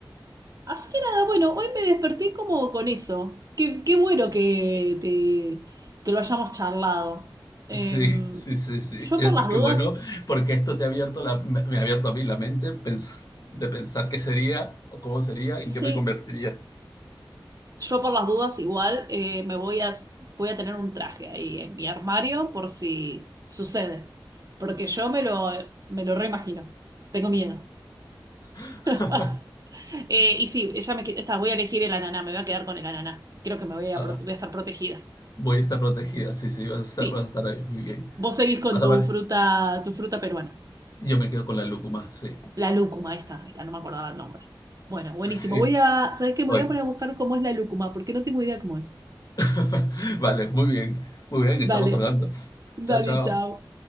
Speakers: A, on the right; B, on the left.
A: así que nada, bueno, hoy me desperté como con eso. Qué, qué bueno que, te, que lo hayamos charlado. Eh,
B: Sí, sí, sí, sí.
A: yo
B: Eh,
A: por las dudas
B: Qué bueno, porque esto te ha abierto la, me, me ha abierto a mí la mente pensar, de pensar qué sería o cómo sería, en
A: Sí,
B: qué me convertiría.
A: yo por las dudas igual eh, me voy a, voy a tener un traje ahí en mi armario por si sucede, porque yo me lo, eh, me lo reimagino, tengo miedo.
B: <laughs>
A: <laughs> Eh, y sí, ella me, que- está, voy a elegir el ananá, me voy a quedar con el ananá, creo que me voy a,
B: Ah,
A: pro- voy a estar protegida.
B: voy a estar protegida, sí, sí, vas a estar,
A: Sí,
B: vas a estar ahí muy bien.
A: vos seguís con
B: Vas
A: tu
B: a ver,
A: fruta, tu fruta peruana,
B: yo me quedo con la lúcuma, sí,
A: la lúcuma, ahí está, ahí está, no me acordaba el nombre. Bueno, buenísimo,
B: sí,
A: voy a, ¿sabés qué? Me
B: hoy.
A: voy a poner a buscar cómo es la lúcuma, porque no tengo idea cómo es.
B: <laughs> Vale, muy bien, muy bien, estamos
A: Dale,
B: hablando.
A: dale,
B: Chao, chao.
A: chao.